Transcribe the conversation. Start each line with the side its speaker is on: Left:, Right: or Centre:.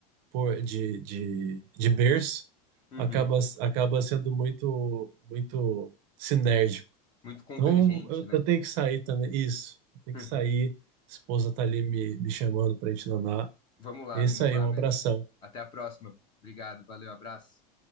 Right: por, de, de, de berço,
Left: Uhum.
Right: acaba, acaba sendo muito, muito sinérgico.
Left: Muito convergente,
Right: Então, eu,
Left: né?
Right: eu tenho que sair também. Isso, eu tenho
Left: <laughs>
Right: que sair. Esposa tá ali me, me chamando pra gente danar.
Left: Vamos lá,
Right: É isso
Left: vamos
Right: aí,
Left: lá,
Right: um
Left: mestre.
Right: abração.
Left: Até a próxima. Obrigado, valeu, abraço.